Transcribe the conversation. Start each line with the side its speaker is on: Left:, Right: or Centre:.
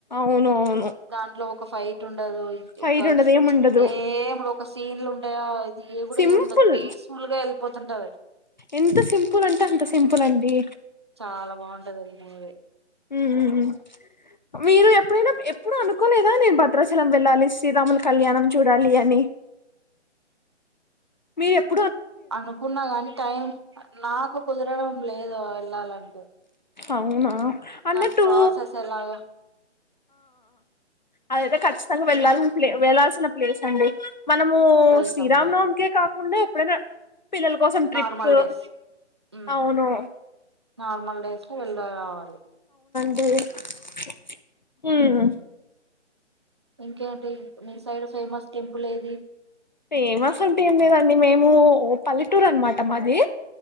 Left: అవును అవును
Right: దాంట్లో ఒక ఫైవ్ ఉండదు. ఇక
Left: ఫైట్
Right: ఒక
Left: ఉండదు ఏం ఉండదు
Right: ఏమ్ ఉండదు. ఒక సీన్ ఉంటది అది కూడా
Left: సింపుల్
Right: ఏమి ఉండదు ఫీస్ ఫూల్ గా వెళ్ళిపోతుంటది.
Left: ఎంత సింపుల్ అంటే అంత సింపుల్ అండి
Right: చాలా బాగుంది <unintelligible> నువ్వే
Left: హ్ హ్ హు మీరు ఎప్పుడైనా ఎప్పు ప్పుడు అనుకోలేదా నేను భద్రాచలం వెళ్ళాలి. శ్రీరాముల కళ్యాణం చూడాలి. అని మీరే ప్
Right: అనుకున్నా కాని టైం నాకు కుదరడం. లేదు వెళ్ళాలంటే
Left: అవునా అన్నట్టు
Right: దాని ప్రాసెస్ ఎలాగ
Left: అదయితే ఖచ్చితంగా వెళ్ళాల్సిన ప్లే వెళ్లాల్సిన ప్లేస్ అండి మనము
Right: వెళ్తాం
Left: శ్రీరామ్
Right: వెళ్తాం
Left: నవమికే కాకుండా ఎపుడైనా పిల్లల కోసం ట్రిప్పు
Right: నార్మల్ డేస్ ఉమ్
Left: అవును
Right: నార్మల్ డేస్ ఏలా రావాలి
Left: <unintelligible> హ్మ్
Right: ఇంకేంటి మీ సైడ్ ఫేమస్ టెంపుల్ ఏది
Left: ఫేమస్ అంటే ఏం లేదండి మేము పల్లెటూరు అన్న మాట మాది